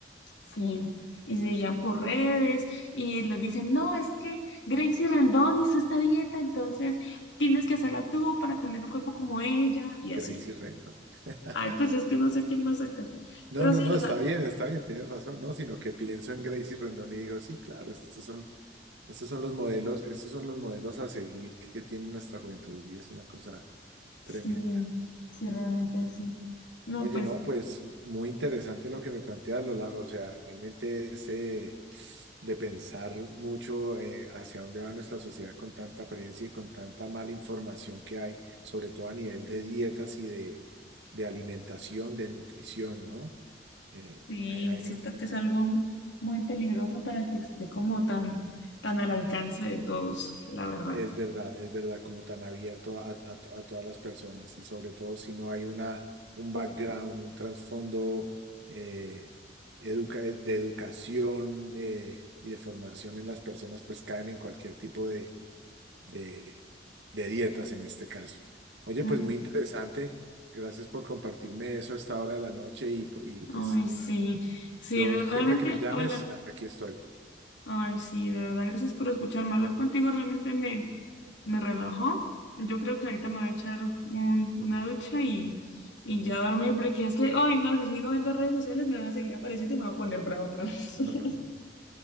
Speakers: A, on the left; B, on the right.
A: Sí. Y se guían por redes y les dicen, no, es que Gracie Rendón hizo esta dieta, entonces tienes que hacerla tú para tener un cuerpo como ella y así.
B: Gracie Rendon. <laughs>
A: Ay, pues es que no sé quién va a sacar.
B: No,
A: Pero
B: no,
A: sí,
B: no,
A: o
B: está
A: sea,
B: bien, está bien, tienes razón, no, sino que pienso en Gracie Rendon y digo, sí, claro, estos son, estos son los modelos, estos son los modelos a seguir que tiene nuestra juventud y es una cosa
A: Sí,
B: tremenda.
A: sí, realmente sí. No,
B: Oye,
A: pues
B: no, pues muy interesante lo que me planteas, Lola. O sea, realmente es eh, de pensar mucho eh, hacia dónde va nuestra sociedad con tanta apariencia y con tanta mala información que hay, sobre todo a nivel de dietas y de, de alimentación, de nutrición, ¿no? Eh,
A: sí,
B: hay- hay-
A: siento que es algo aún muy peligroso para que esté como tan, tan al alcance de todos, la verdad.
B: Es verdad, es verdad, como tan abierto a, a- a todas las personas y sobre todo si no hay una, un background, un trasfondo eh, educa- de educación eh, y de formación en las personas, pues caen en cualquier tipo de, de, de dietas en este caso. Oye,
A: Mm,
B: pues muy interesante. Gracias por compartirme eso a esta hora de la noche y, pu- y pues
A: Ay, sí,
B: yo,
A: sí,
B: yo
A: de- realmente
B: siempre que me llames,
A: hablar,
B: aquí estoy.
A: ay, sí, de verdad, gracias por escucharme. Hablar contigo realmente me, me relajó. Yo creo que ahorita me voy a echar un- una ducha y, y ya dormir, porque es que, ay, no, si sigo viendo redes sociales me van a seguir apareciendo y me voy a poner bravo otra vez.
B: No,
A: <laughs>
B: no, no. no.